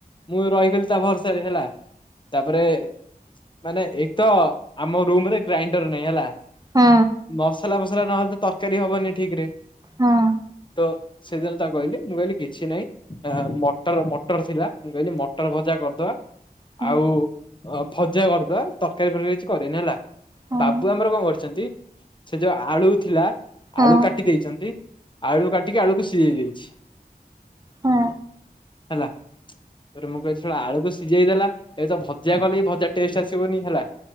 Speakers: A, on the left; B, on the right.
A: ମୁଁ ରହିଗଲି ତା ଭରସାରେ ହେଲା। ତାପରେ ମାନେ ଏକ ତ ଆମ ରୁମରେ ଗ୍ରାଇଣ୍ଡର ନାହିଁ ହେଲା।
B: ହୁଁ
A: ମସଲା ଫସଲା ନହେଲେ ତରକାରୀ ହବନି ଠିକ୍ ରେ
B: ହୁଁ ହୁଁ
A: ତ ସେଦିନ ତାକୁ କହିଲି ମୁଁ କହିଲି କିଛି ନାହିଁ। ମଟର ମଟର ଥିଲା ମୁଁ କହିଲି ମଟର ଭଜା କରିଦବା।
B: ହୁଁ
A: ଆଉ ଭଜା କରିଦବା। ତରକାରୀ ଫରକାରୀ କିଛି କରେନି ହେଲା
B: ହୁଁ
A: ବାବୁ
B: ହୁଁ
A: ଆମର କଣ କରିଛନ୍ତି ସେ ଯୋଉ ଆଳୁ ଥିଲା।
B: ହଁ
A: ଆଳୁ କାଟି ଦେଇେଛନ୍ତି ଆଳୁ କାଟିକି ଆଳୁକୁ ସିଝେଇ ଦେଇଛି।
B: ହଁ
A: ହେଲା। ତା ପରେ ମୁଁ କହିଲି ସଳା ଆଳୁକୁ ସିଝେଇ ଦେଲା ଏବେ ତ ଭଜା କଲେ ଭଜା ଟେଷ୍ଟ ଆସିବନି ହେଲା।